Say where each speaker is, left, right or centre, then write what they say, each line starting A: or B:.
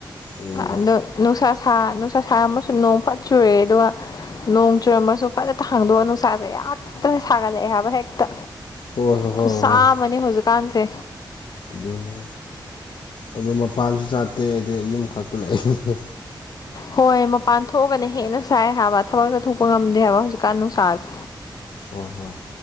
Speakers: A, on the left; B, on the left.
A: ꯎꯝ
B: ꯑꯗꯣ ꯅꯨꯡꯁꯥ ꯁꯥ ꯅꯨꯡꯁꯥ ꯁꯥꯔꯝꯕꯁꯨ ꯅꯣꯡ ꯄꯠ ꯆꯨꯔꯦ ꯑꯗꯨꯒ ꯅꯣꯡ ꯆꯨꯔꯝꯃꯁꯨ ꯐꯖꯇ ꯍꯥꯡꯗꯣꯛꯑ ꯅꯨꯡꯁꯥꯁꯦ ꯌꯥꯝꯛꯇꯅ ꯁꯥꯒꯠꯂꯛꯑꯦ ꯍꯥꯏꯕ ꯍꯦꯛꯇ
A: ꯍꯣꯏ ꯍꯣꯏ ꯍꯣꯏ
B: ꯈꯨꯠꯁꯥꯝꯃꯅꯤ
A: ꯍꯣꯏ
B: ꯍꯧꯖꯤꯛꯀꯥꯟꯁꯦ
A: ꯑꯗꯨꯅ ꯑꯗꯨ ꯃꯄꯥꯟꯁꯨ ꯆꯥꯠꯇꯦ ꯑꯗꯩ ꯌꯨꯝ ꯈꯛꯇ ꯂꯥꯛꯏꯕꯅꯦ
B: ꯍꯣꯏ ꯃꯄꯥꯟ ꯊꯣꯛꯑꯒꯅ ꯍꯦꯟꯅ ꯁꯥꯏ ꯍꯥꯏꯕ ꯊꯕꯛ ꯆꯠꯊꯣꯛꯄ ꯉꯝꯗꯦ ꯍꯥꯏꯕ ꯍꯧꯖꯤꯛꯀꯥꯟ ꯅꯨꯡꯁꯥꯁꯦ
A: ꯍꯣꯏ ꯍꯣꯏ